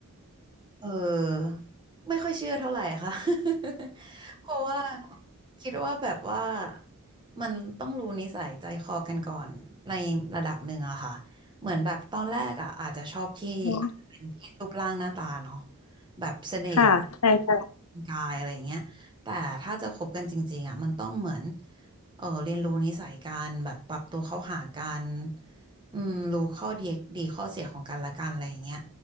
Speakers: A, on the right; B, on the left.
A: เออไม่ค่อยเชื่อเท่าไหร่ค่ะ <laughs> เพราะว่าคิดว่าแบบว่ามันต้องรู้นิสัยใจคอกันก่อนในระดับหนึ่งอะค่ะเหมือนแบบตอนแรกอะอาจจะชอบที่อาจจะเป็นที่รูปร่างหน้าตาเนาะ
B: อ๋อ
A: แบบเสน่ห์
B: ค่ะใช่ใช่
A: กายอะไรเงี้ยแต่ถ้าจะคบกันจริงๆอะมันต้องเหมือนเออเรียนรู้นิสัยกันแบบปรับตัวเข้าหากันอืมรู้ข้อดีดีข้อเสียของกันและกันอะไรอย่างเงี้ย